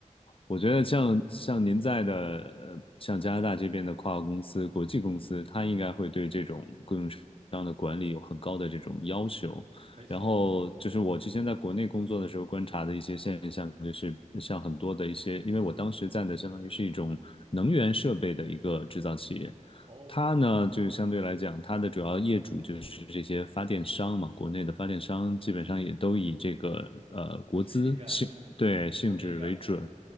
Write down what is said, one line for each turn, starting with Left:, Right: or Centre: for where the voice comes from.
Left: 我觉得像像您在的呃，像加拿大这边的跨国公司、国际公司，它应该会对这种供应商的管理有很高的这种要求。
Right: 没错儿
Left: 然后就是我之前在国内工作的时候观察的一些现象，就是像很多的一些，因为我当时在的相当于是一种能源设备的一个制造企业，
Right: 哦，
Left: 它呢就是相对来讲，它的主要业主就是这些发电商嘛，国内的发电商基本上也都以这个呃国资性对性质为准。
Right: 水电站、火电站，